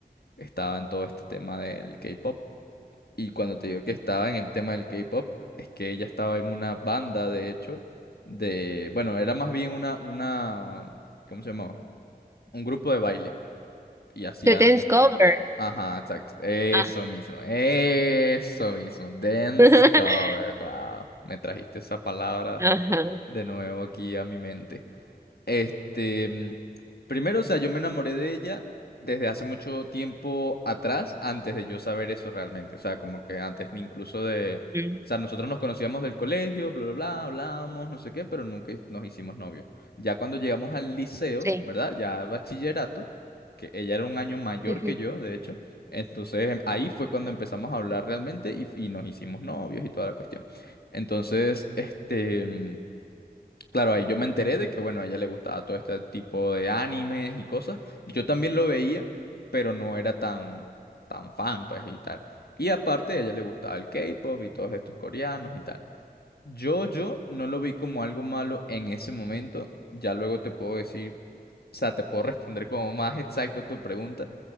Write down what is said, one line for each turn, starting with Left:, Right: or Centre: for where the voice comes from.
Left: estaba en todo este tema del K-pop. Y cuando te digo que estaba en el tema del K-pop, es que ella estaba en una banda, de hecho, de, bueno, era más bien una, una, ¿cómo se llamaba? Un grupo de baile. Y hacían,
Right: The Dance Cover.
Left: ajá, exacto, eso
Right: Ah.
Left: mismo, eso mismo, dance
Right: <laughs>
Left: cover, wow, me trajiste esa palabra
Right: Ajá.
Left: de nuevo aquí a mi mente. Este, mm, primero, o sea, yo me enamoré de ella desde hace mucho tiempo atrás, antes de yo saber eso realmente. O sea, como que antes ni incluso de...
Right: Mm.
Left: O sea, nosotros nos conocíamos del colegio, bla, bla, bla, hablábamos, no sé qué, pero nunca nos hicimos novios. Ya cuando llegamos al liceo,
Right: Sí.
Left: ¿verdad? Ya bachillerato, que ella era un año mayor
Right: Ujú.
Left: que yo, de hecho. Entonces, em- ahí fue cuando empezamos a hablar realmente y, y nos hicimos novios y toda la cuestión. Entonces, este... mm, Claro, ahí yo me enteré de que, bueno, a ella le gustaba todo este tipo de animes y cosas. Yo también lo veía, pero no era tan, tan fan, pues, y tal. Y aparte, a ella le gustaba el K-pop y todos estos coreanos y tal. Yo, yo no lo vi como algo malo en ese momento. Ya luego te puedo decir, o sea, te puedo <laughs> responder como más exacto tu pregunta,